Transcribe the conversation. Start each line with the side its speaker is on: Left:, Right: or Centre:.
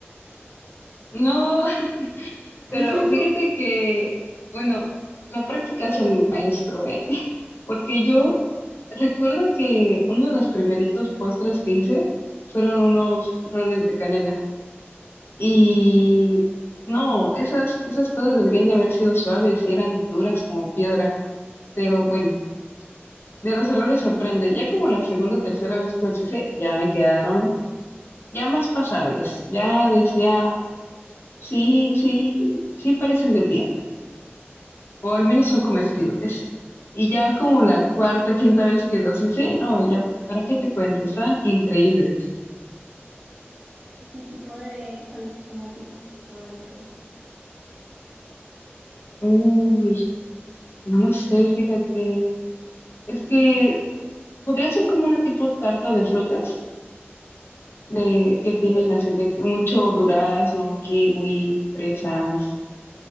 Left: No, <laughs>
Right: <laughs>
Left: pero fíjate que, bueno, la práctica es el maestro, ¿eh? <laughs> Porque yo recuerdo que uno de los primeritos postres que hice fueron unos roles de canela. Y no, esas, esas cosas deberían de haber sido suaves y eran duras como piedra. Pero bueno, de los errores se aprende. Ya como la segunda o tercera vez que los hice, ya me quedaron ya más pasables. Ya decía, sí, sí, sí parecen de tienda. O al menos son comestibles. Y ya como la cuarta, quinta vez que los hice, no, ya, ¿para qué te cuento? Están increíbles.
Right: ¿Qué tipo de, cuál es como tu postre favorito?
Left: Uy, no lo sé, fíjate. Es que podría ser como una tipo tarta de frutas. de que tienen
Right: Okay.
Left: así de que mucho durazno, kiwi, fresas,